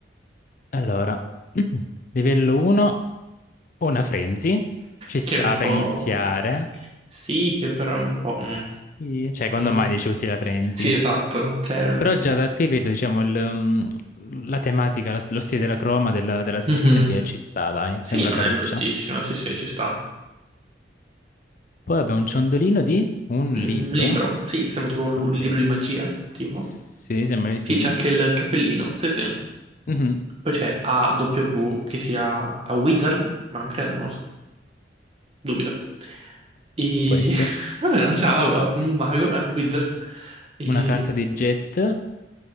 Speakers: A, on the left; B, on the right.
A: Allora, <clears throat> livello 1, una frenzy. Ci sta
B: Che è un po'...
A: per iniziare.
B: Sì, che però è un po'... mm,
A: Sì. Cioè, quando
B: mm.
A: mai dici usi la frenzy?
B: Sì, esatto, cioè... mm,
A: Però già da qui vedo, diciamo, il, mm, la tematica, la- lo stile della croma, della, della skin
B: mhm.
A: che ci sta, dai,
B: Sì,
A: sembra
B: non
A: caruccia.
B: è bruttissima, sì, sì, ci sta.
A: Poi abbiamo un ciondolino di un
B: Mm,
A: libro.
B: Un libro, sì, sembra tipo un lu-
A: Ok.
B: libro di magia, tipo.
A: Sì, sembra di
B: Sì,
A: sì.
B: c'è anche il cappellino, sì, sì.
A: Mhm,
B: Poi c'è AW che sia a Wizard, ma non credo, non lo so. Dubito. E...
A: Può essere.
B: <laughs> Vabbè, non so, a- un mago, a Wizard. E...
A: Una carta di jet.